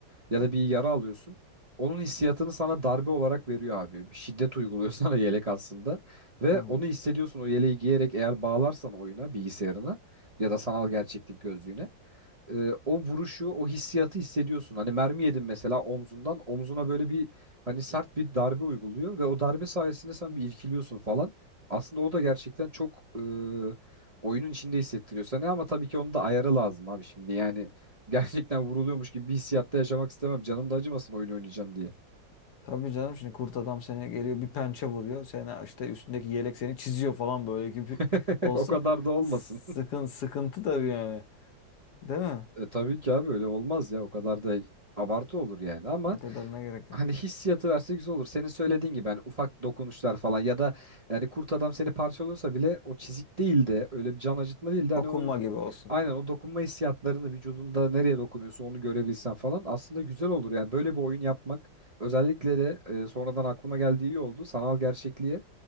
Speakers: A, on the right; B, on the left.
A: ya
B: Hı
A: da
B: hı.
A: bir yara alıyorsun. Onun hissiyatını sana darbe olarak veriyor abi. Bir şiddet uyguluyor <laughs> sana yelek aslında. Ve
B: hı.
A: onu hissediyorsun o yeleği giyerek eğer bağlarsan oyuna, bilgisayarına ya da sanal gerçeklik gözlüğüne e, o vuruşu, o hissiyatı hissediyorsun. Hani mermi yedin mesela omzundan, omzuna böyle bir hani sert bir darbe uyguluyor ve o darbe sayesinde sen bir irkiliyorsun falan. Aslında o da gerçekten çok e, oyunun içinde hissettiriyor sana ama tabii ki onun da ayarı lazım abi şimdi. Yani <laughs> gerçekten vuruluyormuş gibi bir hissiyatta yaşamak istemem. Canım da acımasın oyun oynayacağım diye.
B: Tabii canım şimdi kurt adam seni geliyor bir pençe vuruyor. Seni işte üstündeki yelek seni çiziyor falan böyle gibi
A: <laughs>
B: <laughs> olsa.
A: O kadar da olmasın.
B: Sıkın, sıkıntı tabii yani. Değil mi?
A: E, tabii ki abi öyle olmaz ya o kadar da abartı olur yani ama
B: O kadarına gerek yok.
A: hani hissiyatı verse güzel olur. Senin söylediğin gibi hani ufak dokunuşlar falan ya da yani kurt adam seni parçalıyorsa bile o çizik değil de öyle bir can acıtma değil de hani
B: Dokunma
A: onu
B: gibi olsun.
A: aynen o dokunma hissiyatlarını vücudunda nereye dokunuyorsa onu görebilsen falan aslında güzel olur. Yani böyle bir oyun yapmak özellikle de e, sonradan aklıma geldiği iyi oldu sanal gerçekliğe